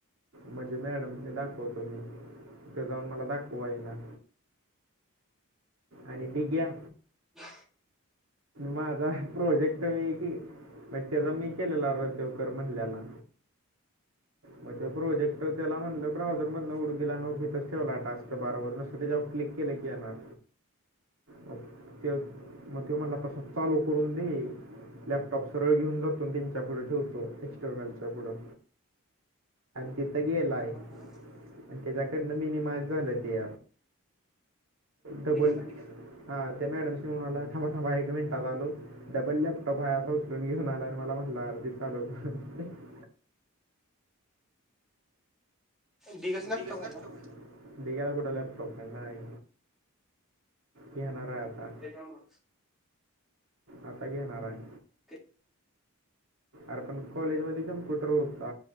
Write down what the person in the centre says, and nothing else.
ह
दिघा
म्हणा
दिघ्याकडनं
दिघ्याचा
आहे
ना
त्याच्यामुळेच
ते